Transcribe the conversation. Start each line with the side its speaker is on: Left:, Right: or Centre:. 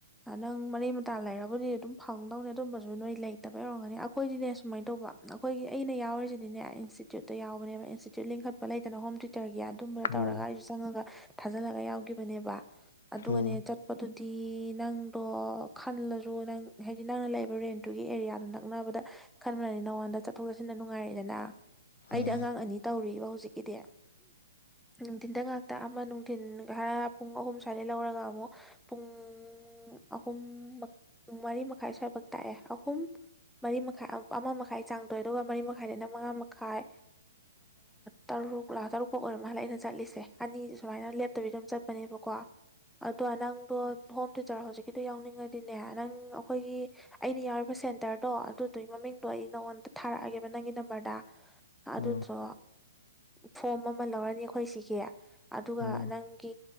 Centre: ꯅꯪ ꯃꯔꯤ ꯃꯇꯥ ꯂꯩꯔꯕꯨꯗꯤ ꯑꯗꯨꯝ ꯐꯪꯗꯧꯅꯦ ꯑꯗꯨꯝꯕꯁꯨ ꯅꯣꯏ ꯂꯩ ꯐꯠꯇꯕ ꯌꯧꯔꯝꯒꯅꯤ ꯑꯩꯈꯣꯏꯗꯤꯅꯦ ꯁꯨꯃꯥꯏꯅ ꯇꯧꯕ ꯑꯩꯈꯣꯏꯒꯤ ꯑꯩꯅ ꯌꯥꯎꯔꯤꯁꯤꯗꯤꯅꯦ ꯏꯟꯁꯇꯤꯇ꯭ꯌꯨꯠꯇ ꯌꯥꯎꯕꯅꯦꯕ ꯏꯟꯇꯤꯇ꯭ꯌꯨ ꯂꯤꯡꯈꯠ ꯂꯩꯗꯅ ꯍꯣ ꯔꯒꯤ ꯑꯗꯨꯝꯕꯗ ꯇꯧꯔꯒ
Left: ꯎꯝ
Centre: ꯑꯩꯁꯨ ꯆꯪꯉꯒ ꯊꯥꯖꯜꯂꯒ ꯌꯥꯎꯈꯤꯕꯅꯦꯕ ꯑꯗꯨꯒꯅꯦ
Left: ꯎꯝ
Centre: ꯑꯗꯨꯗꯤ ꯅꯪꯗꯣ ꯈꯜꯂꯁꯨ ꯅꯪ ꯍꯥꯏꯗꯤ ꯅꯪꯅ ꯂꯩꯕ ꯔꯦꯟꯇꯨꯒꯤ ꯑꯦꯔꯤꯌꯥꯗ ꯑꯗꯨ ꯅꯛꯅꯕꯗ ꯈꯟꯕꯅꯤ ꯅꯉꯣꯟꯗ ꯆꯠꯊꯣꯛ ꯆꯠꯁꯤꯟꯗ ꯅꯨꯡꯉꯥꯏꯔꯛꯦꯗꯅ ꯑꯩꯗꯤ
Left: ꯎꯝ
Centre: ꯑꯉꯥꯡ ꯑꯅꯤ ꯇꯧꯔꯤꯕ ꯍꯧꯖꯤꯛꯀꯤꯗꯤ ꯅꯨꯡꯊꯤꯟꯗ ꯉꯥꯛꯇ ꯑꯃ ꯅꯨꯡꯊꯤꯟ ꯍꯔ ꯄꯨꯡ ꯑꯍꯨꯝ ꯁ꯭ꯋꯥꯏꯗ ꯂꯧꯔꯒ ꯑꯃꯨꯛ ꯄꯨꯡ ꯎ ꯑꯍꯨꯝ ꯃꯔꯤ ꯃꯈꯥꯏ ꯁ꯭ꯋꯥꯏꯐꯛ ꯇꯥꯛꯑꯦ ꯑꯍꯨꯝ ꯃꯔꯤ ꯃꯈꯥꯏ ꯑꯃ ꯃꯈꯥꯏ ꯆꯥꯡ ꯇꯣꯏꯦ ꯑꯗꯨꯒ ꯃꯔꯤ ꯃꯈꯥꯏꯗꯅ ꯃꯉꯥ ꯃꯈꯥꯏ ꯇꯔꯨꯛ ꯂ ꯇꯔꯨꯛ ꯐꯥꯎ ꯑꯣꯏꯔꯝ ꯃꯥꯜꯂꯦ ꯑꯩꯅ ꯆꯠꯂꯤꯁꯦ ꯑꯅꯤ ꯁꯨꯃꯥꯏꯅ ꯂꯦꯞꯇꯕꯤ ꯑꯗꯨꯝ ꯆꯠꯄꯅꯦꯕꯀꯣ ꯑꯗꯣ ꯅꯪꯗꯣ ꯍꯣꯝ ꯇꯤꯆꯔ ꯍꯧꯖꯤꯛꯀꯤꯗꯣ ꯌꯥꯎꯅꯤꯡꯉꯗꯤꯅꯦ ꯅꯪ ꯑꯩꯈꯣꯏꯒꯤ ꯑꯩꯅ ꯌꯥꯎꯔꯤꯕ ꯁꯦꯟ ꯍꯇꯔꯗꯣ ꯑꯗꯨꯗꯨꯒꯤ ꯃꯃꯤꯡꯗꯣ ꯑꯩ ꯅꯉꯣꯟꯗ ꯊꯥꯔꯛꯑꯒꯦꯕ ꯅꯪꯒꯤ ꯅꯝꯕꯔꯗ ꯑꯗꯨꯗꯣ
Left: ꯎꯝ
Centre: ꯐꯣꯝ ꯑꯃ ꯂꯧꯔꯅꯤ ꯑꯩꯈꯣꯏ ꯁꯤꯒꯤ ꯑꯗꯨꯒ
Left: ꯎꯝ
Centre: ꯅꯪ ꯒꯤ